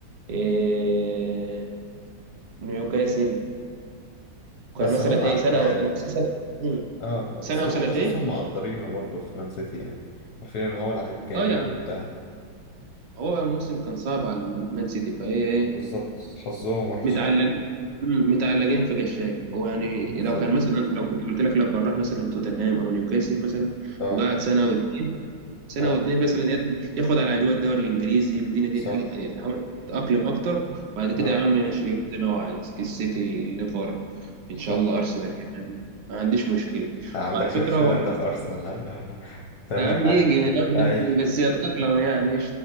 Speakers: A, on the right (about 70°); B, on the left (about 70°).
A: إيه نيوكاسل وكان
B: بس
A: مثلا
B: هما
A: ايه سنه
B: يعني
A: او سنه سنه, مم.
B: اه
A: سنة
B: بس هما
A: او سنتين
B: حاسسهم مقدرينه برضه في مان سيتي يعني عارفين ان هو لعيب جامد
A: اه يعني
B: وبتاع
A: هو موسم كان صعب على المان- مان سيتي فهي ايه
B: بالظبط حظهم وحش
A: متعلق
B: يعني
A: مم، متعلقين في قشاي هو يعني
B: بالظبط
A: لو كان مثلا لو كنت قلت لك لو كان راح مثلا توتنهام او نيوكاسل مثلا
B: اه
A: وقعد سنه او اتنين سنه
B: اه
A: واتنين مثلا يأدي- ياخد على اجواء الدوري الانجليزي والدنيا دي
B: صح
A: الحاجه يعني يحاول يتاقلم اكتر وبعد كده
B: اه
A: يا عم ماشي يروح زي ما هو عايز السيتي الليفر
B: صح
A: ان شاء الله ارسنال كمان ما عنديش مشكله
B: ما عندكش
A: وعلى فكره
B: مشكلة
A: هو
B: انت في ارسنال ها <laughs> تمام
A: يا عم
B: عادي
A: يجي يا عم
B: اي
A: بس بس يتاقلم يعني